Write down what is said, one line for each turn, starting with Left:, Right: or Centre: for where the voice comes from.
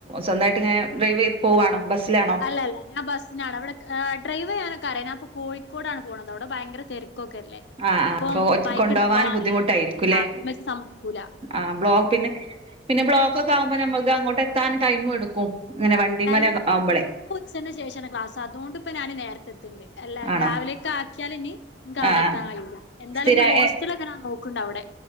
Right: സ്വന്തമായിട്ട് ഇങ്ങനെ ഡ്രൈവ് പോവാണോ ബസ്സിലാണോ
Left: അല്ലല്ല ഞാൻ ബസ്സിനാണ് അവിടെ ഡ്രൈവ് ചെയ്യാൻ <unintelligible> ഞാൻ ഇപ്പോ കോഴിക്കോടാണ് പോണത് അവിടെ ഭയങ്കര തിരക്ക് ഓക്കെല്ലേ
Right: ആ ആ
Left: ഇപ്പം
Right: അപ്പൊ
Left: ബൈക്ക
Right: കൊണ്ടോവാൻ
Left: എടുത്ത് പോവാൻ
Right: ബുദ്ധിമുട്ടായിരിക്കുംല്ലേ
Left: <unintelligible> സമമ യ്ക്കൂല
Right: ആ ബ്ലോക്ക് പിന്നെ പിന്നെ ബ്ലോക്കൊക്കെ ആവുമ്പോ
Left: ഫ്രണ്ട്ണ്ട്
Right: നമ്മക്ക് അങ്ങോട്ട് എത്താൻ ടൈം എടുക്കും ഇങ്ങനെ വണ്ടിമല
Left: ടൈം എടുക്കും
Right: ആവുമ്പോളേ
Left: ഇതിപ്പോ ഉച്ചന്റെ ശേഷമാണ് ക്ലാസ് അതോണ്ട് പ്പോ ഞാന് നേരത്തെത്തണ്ട് അല്ല
Right: ആണോ
Left: രാവിലെയൊക്കെ ആക്കിയാല് ഇനി ൻക്ക് അവിടെ
Right: ആ
Left: എത്താൻ കഴിയൂല എന്താലും
Right: സ്ഥിര
Left: ഇനി ഹോസ്റ്റലെ
Right: ഏ
Left: ങ്ങനാ നോക്കുണ്ട അവിടെ